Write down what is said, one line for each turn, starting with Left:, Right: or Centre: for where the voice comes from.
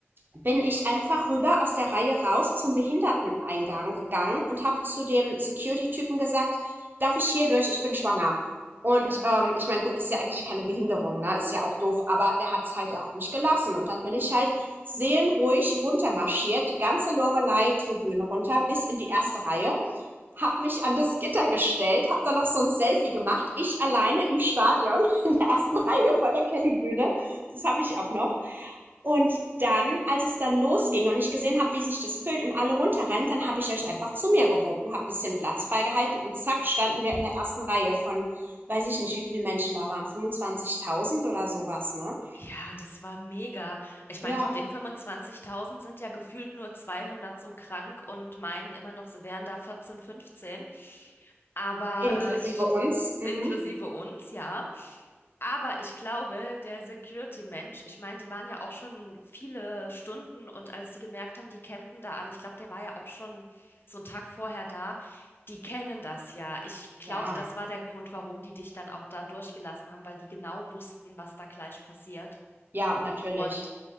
Right: bin ich einfach rüber aus der Reihe raus zum Behinderteneingang gegangen und habe zu dem Security-Typen gesagt, darf ich hier durch, ich bin schwanger. Und
Left: ja.
Right: ähm, ich meine, gut, ist ja eigentlich keine Behinderung, ne? Ist ja auch doof, aber der hat's halt, er hat mich gelassen. Und dann bin ich halt seelenruhig runtermarschiert, die ganze Lorelei-Tribüne runter, bis in die erste Reihe, hab mich an das Gitter gestellt, hab dann noch so ein Selfie gemacht, ich alleine im Stadion <laughs> in der ersten Reihe vor der Kellybühne. Das habe ich auch noch. Und dann, als es dann losging und ich gesehen habe, wie sich das füllt und alle runterrennen, dann habe ich euch einfach zu mir gewunken, habe ein bisschen Platz freigehalten und zack standen wir in der ersten Reihe von, weiß ich nicht, wie viele Menschen da waren, fünfundzwanzigtausend oder sowas, ne?
Left: Ja, das war mega. Ich meine,
Right: Ja,
Left: von den 25.000 sind ja gefühlt nur 200 so krank und meinen immer noch, sie wären da 14, 15. Aber
Right: inklusive
Left: äh, ich,
Right: uns. Mhm.
Left: inklusive uns, ja. Aber ich glaube, der Security-Mensch, ich meine, die waren ja auch schon viele Stunden und als die gemerkt haben, die campen da alle, ich glaube, der war ja auch schon so einen Tag vorher da, die kennen das ja. Ich glaube,
Right: Ja,
Left: das war der Grund, warum die dich dann auch da durchgelassen haben, weil die genau wussten, was da gleich passiert.
Right: ja, natürlich.
Left: Und